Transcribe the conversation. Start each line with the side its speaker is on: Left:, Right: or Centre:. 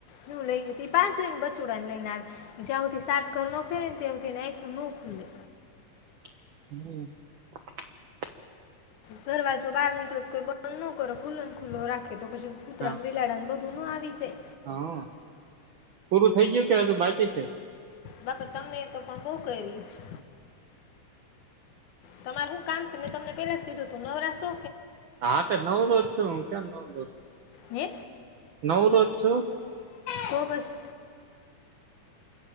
Left: નું લઈ ગય ત પાચને બચુડાને લઈને આવે જં સુથી સાત ઘર ન ફેરે ને ત્યાં ના ન ખુલે
Right: <inaudible>
Left: દરવાજો, બહાર નીકળે કોઈ બંધ ન કરો. ખુલ્લો ને ખુલ્લો રાખો. તો, પછી કૂતરા
Right: હા
Left: ને બિલાડાને બધ ઘૂનું આવી જાય.
Right: હા પૂરું થઈ ગયું કે હજુ બાકી છે.
Left: બા તમને એ તો પણ બો કયરું છે તમારે હું કામ છે મેં તમને પેલા જ કીધું તું નવરાશો
Right: હા તો નવરોજ છું હું કેમ નવ રોજ
Left: હે
Right: નવરોજ છો.
Left: તો પછી.